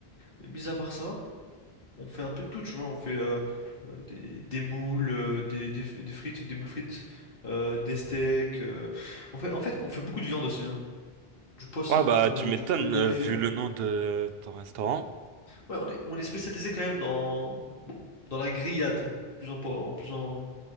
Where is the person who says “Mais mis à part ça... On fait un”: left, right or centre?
Left